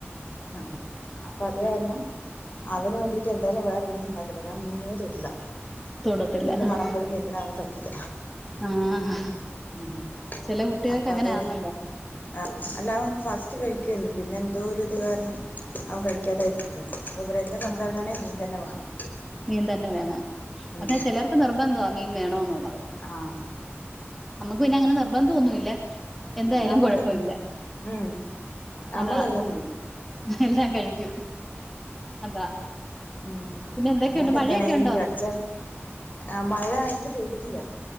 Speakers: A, on the left (about 40°); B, in the centre.
A: ആഹ് അപ്പത് കാരണം അവന് വേണ്ടിട്ട് എന്തായാലും വേറെന്തേലും ഇണ്ടാക്കി തരും അവൻ മീനേ തൊടില്ല
B: തൊടത്തില്ല
A: മീന്റെ
B: ആഹ്
A: മണം പോലും കേക്ക്ണവന് പറ്റില്ല
B: ആഹ്
A: ഉം
B: ചെല കുട്ടികൾക്കങ്ങനാന്നല്ലോ?
A: അപ്പൊ അത് ആഹ് അല്ല അവൻ ഫസ്റ്റ് കഴിക്കുവാരുന്നു പിന്നെന്തോരിത് കാരണം അവൻ കഴിക്കാതായി പോയ താ. ഇവിടെന്റെ ഭത്താവിനാണെ
B: ആഹ്
A: മീൻ തന്നെ വേണം
B: മീൻ തന്നെ വേണം
A: ഉം
B: അതെ ചെലർക്ക് നിർബന്ധവാ മീൻ വേണോന്നുള്ളത്
A: ആഹ്
B: നമ്മക്ക് പിന്നെ അങ്ങനെ നിർബന്ധവൊന്നുല്ല എന്തായാലും
A: ഉം നമുക്കെന്തിനാ
B: കൊഴപ്പവില്ല
A: ഉം നമ്മളെല്ലാം
B: അതാ
A: തിന്നും
B: എല്ലാം കഴിക്കും അതാ
A: ഉം
B: പിന്നെ എന്തൊക്കെയുണ്ട്
A: നമ്മക്കെന്താണെങ്കിലും
B: മഴയൊക്കെ ഉണ്ടോ
A: കടിച്ച ആ മഴ ഇന്ന് പെയ്തിട്ടില്ല